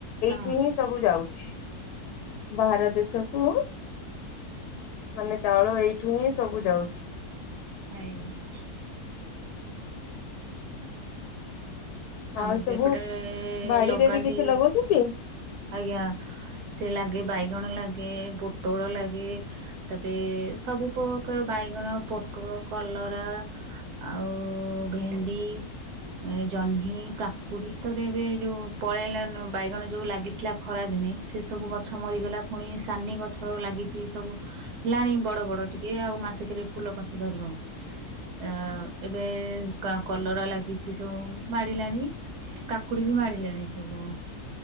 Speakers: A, on the right (about 80°); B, on the left (about 80°).
A: ହଁ
B: ଠି ହିଁ ସବୁ ଯାଉଛି ବାହାର ଦେଶକୁ। ମାନେ ଚାଉଳ ଏଇଠୁ ହିଁ ସବୁ ଯାଉଛି।
A: ଆଜ୍ଞା। ଆମର
B: ଆଉ ସବୁ
A: ବି ଏପଟେ
B: ବାଡିରେ
A: ଲଗାନ୍ତି
B: ବି କିଛି ଲଗଉଛନ୍ତି?
A: ଆଜ୍ଞା। ସେ ଲାଗେ ବାଇଗଣ ଲାଗେ, ପୋଟଳ ଲାଗେ। ତାପରେ ସବୁ ପକାର ବାଇଗଣ, ପୋଟଳ, କଲରା। ଆଉ ଭେଣ୍ଡି ଏ ଜହ୍ନ୍ ହ୍ନି କାକୁଡ଼ି ତାପରେ ଏବେ ଯୋଉ ପଳେଇଲା ନୁ ବାଇଗଣ ଯୋଉ ଲାଗିଥିଲା ଖରା ଦିନେ ସେ ସବୁ ଗ ଛ ମରିଗଲା ଫୁଣି ସାନି ଗଛ ଲାଗିଚି ସବୁ। ହେଲାଣି ବଡ଼ ବଡ଼ ଟିକେ ଆଉ ମାସେକେରେ ଫୁଲ କଷି ଧରିବ। ଆ ଏବେ କା କଲରା ଲାଗିଚି ସଉଁ। ମାଡ଼ିଲାଣି କାକୁଡ଼ି ବି ମାଡ଼ିଲାଣି ସବୁ।